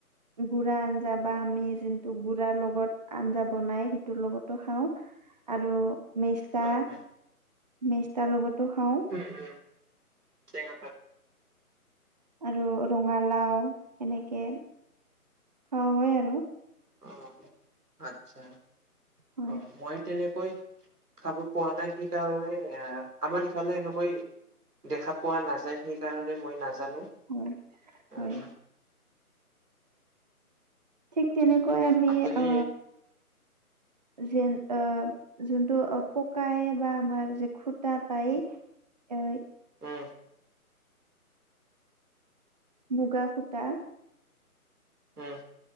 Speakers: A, on the right; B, on the right.
A: গুড়া আঞ্জা বা আমি যোনটো গুড়াৰ লগত আঞ্জা বনাই সেইটোৰ লগতো খাওঁ। আৰু মেষ্টা
B: হয় হয়
A: মেষ্টাৰ লগতো খাওঁ।
B: উম উম টেঙাপা
A: আৰু ৰঙালাও এনেকে খাওঁ হয় আৰু।
B: অ আচ্ছা
A: হয়
B: অ মই তেনেকৈ খাব পোৱা নাই সেইকাৰণে এ আমাৰ ইফালে এনেকৈ দেখা পোৱা নাযায় সেইকাৰণে মই নাজানো
A: হয় হয়
B: আহ।
A: ঠিক তেনেকৈ আমি
B: আপুনি
A: আ যেন অ যোনটো পকাই বা আমাৰ যে খুটা পায় অই
B: উম।
A: মুগা সূতা
B: উম।